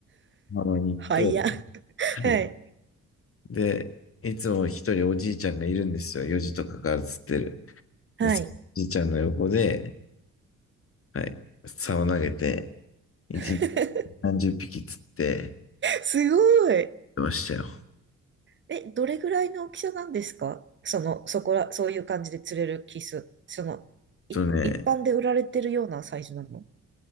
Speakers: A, on the left (about 30°); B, on the right (about 25°).
A: 浜に行って、
B: はいや。<laughs>
A: はい
B: はい。
A: で、いつも一人おじいちゃんがいるんですよ。4時とかから釣ってる。
B: はい。
A: で、そのおじいちゃんの横で、はい、竿を投げて、1日
B: <laughs>
A: 30匹釣って
B: すごい。
A: ましたよ。はい
B: え、どれぐらいの大きさなんですかその、そこら、そういう感じで釣れるキス。その、い、
A: あとね、
B: 一般で売られてるようなサイズなの